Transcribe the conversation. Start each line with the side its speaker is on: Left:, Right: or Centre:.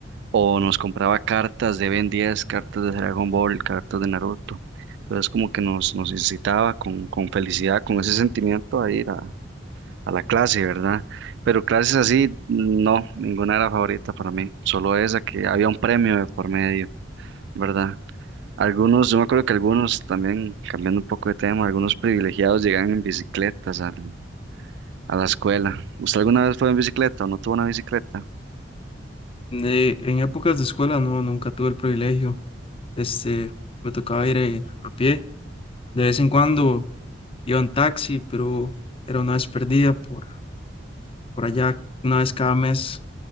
Right: o nos compraba cartas de Ben 10, cartas de Dragon Ball, cartas de Naruto. Entonces como que nos, nos incitaba con, con felicidad, con ese sentimiento a ir a, a la clase, ¿verdad? Pero clases así, no, ninguna era favorita para mí, solo esa que había un premio de por medio, ¿verdad? Algunos, yo me acuerdo que algunos también, cambiando un poco de tema, algunos privilegiados llegaban en bicicletas al- a la escuela. ¿Usted alguna vez fue en bicicleta o no tuvo una bicicleta?
Left: De- en épocas de escuela no, nunca tuve el privilegio. Este, me tocaba ir eh, a pie. De vez en cuando iba en taxi, pero era una vez perdida por, por allá, una vez cada mes.